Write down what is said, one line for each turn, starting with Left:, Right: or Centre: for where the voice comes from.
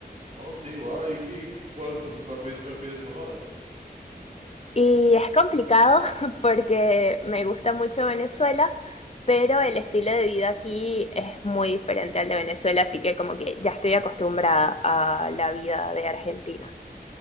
Right: Oh, sí, wow. ¿Y, y cuál, <laughs> cuál país prefieres mejor?
Left: Y es complicado <laughs> porque me gusta mucho Venezuela, pero el estilo de vida aquí es muy diferente al de Venezuela, así que como que ya estoy acostumbrada a la vida de Argentina.